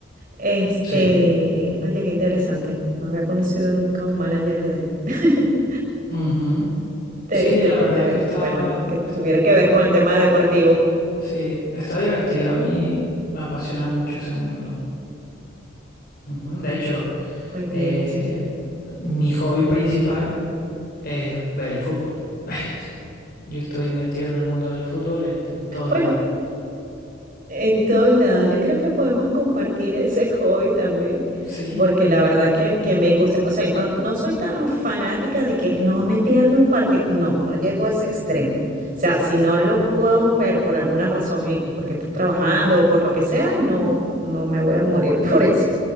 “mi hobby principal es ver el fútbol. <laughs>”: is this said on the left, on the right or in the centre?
Left